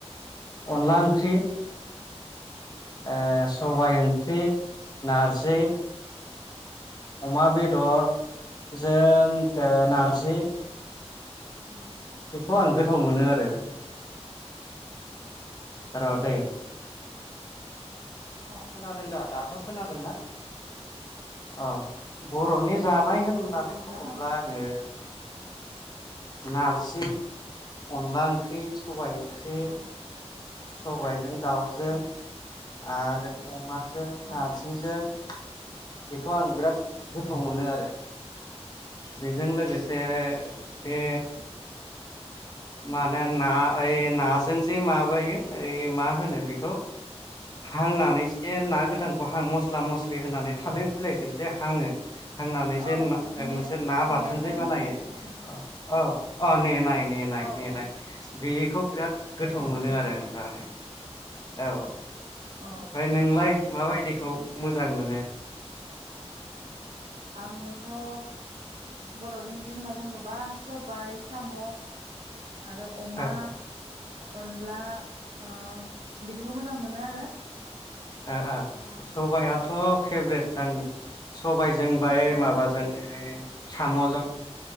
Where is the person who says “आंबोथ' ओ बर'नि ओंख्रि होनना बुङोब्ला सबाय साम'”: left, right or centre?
Right